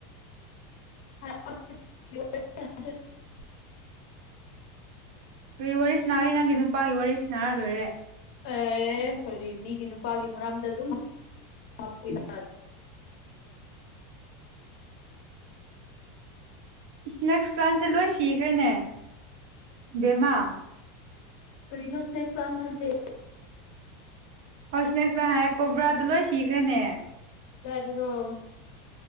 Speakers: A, on the left; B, on the right.
A: <unintelligible>
B: ꯀ ꯋꯥꯔꯤ ꯁꯅꯥꯒꯦ ꯅꯪꯒꯤ ꯅꯨꯄꯥꯒꯤ ꯋꯥꯔꯤꯁꯤꯅꯔ ꯂꯣꯏꯔꯦ
A: ꯑꯦ ꯀꯔꯤ ꯃꯤꯒꯤ ꯅꯨꯄꯥꯒꯤ ꯃꯔꯝꯗ ꯑꯗꯨꯝ ꯍꯥ ꯏꯔꯖ
B: ꯏꯁꯅꯦꯛꯁ ꯄ꯭ꯂꯥꯟꯁꯦ ꯂꯣꯏ ꯁꯤꯈ꯭ꯔꯦꯅꯦ ꯕꯦꯝꯃꯥ
A: ꯀꯔꯤꯅꯣ ꯁ꯭ꯅꯦꯛꯁ ꯄꯂꯥꯟꯠ ꯍꯥꯏꯁꯤ
B: ꯍꯁꯅꯦꯁꯃ ꯍꯥꯏ ꯀꯧꯕꯣꯕ꯭ꯔꯥꯗꯨ ꯂꯣꯏ ꯁꯤꯈ꯭ꯔꯦꯅꯦ
A: ꯀꯗꯥꯏꯗꯔꯣ